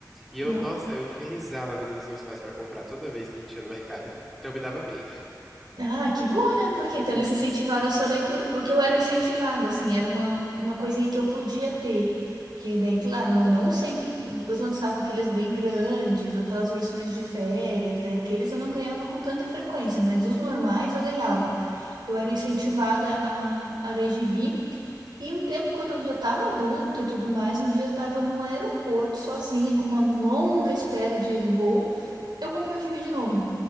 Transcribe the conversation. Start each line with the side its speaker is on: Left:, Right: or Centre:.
Centre: E eu,
Right: não.
Centre: nossa, eu infernizava a vida dos meus pais pra comprar toda vez que a gente ia no mercado. <laughs> Então me dava bem.
Right: Ah, que bom, né? Porque então
Centre: <laughs>
Right: eles incentivaram a sua leitura, porque eu era incentivada,
Centre: Sim.
Right: assim, era uma, uma coisinha que eu podia ter. Que daí, claro, não, não sempre, depois lançavam aqueles bem grandes, aquelas versões de férias, né? Aqueles eu não ganhava com tanta frequência, mas os normais eu ganhava. Eu era incentivada a, a ler gibi. E um tempo, quando eu já estava adulta e tudo mais, um dia eu estava no aeroporto sozinha, com uma longa espera de voo, eu comprei um gibi de novo.